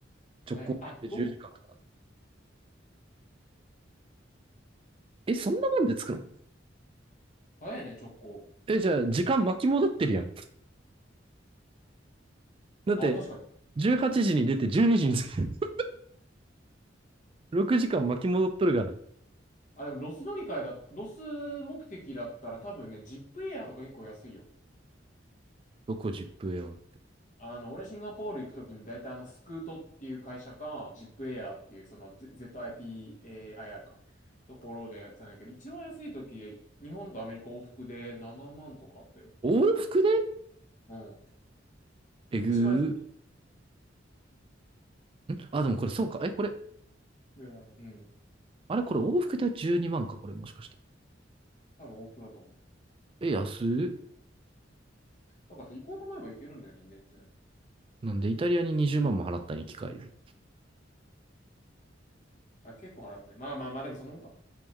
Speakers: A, on the right; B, on the left.
A: 直行便で10時間とかなの。
B: 早いね。あ、どこか。
A: え、そんなもんで着くの
B: 早いね、直行。
A: え、じゃあ、時間巻き戻ってるやん。だって、
B: あ、確かに。
A: 18時に出て12時にじに着く。<laughs> 6時間巻き戻っとるがな。
B: あ、でもロス乗り換えだ、ロス目的だったら多分ね、ジップエアーとか結構安いよ。
A: どこジップよ。
B: あの、俺シンガポール行くときに大体あの、スクートっていう会社か、ジップエアーっていうその Z- ZIPAIR か、ところでやってたんだけど、一番安いとき、日本とアメリカ往復で7万とかあったよ。
A: 往復で
B: うん。
A: えぐー。
B: 一番安いとき。
A: んあ、でもこれそうか。え、これ、
B: うん。うん
A: あれこれ往復で12万か、これもしかして。
B: 多分往復だと思う。
A: え、安い
B: なんか行こうと思えば行けるんだよね、全然。
A: なんでイタリアに20万も払ったん、行き帰りで。
B: あ、結構払ってね。まあまあまあ、でもそんなもんか。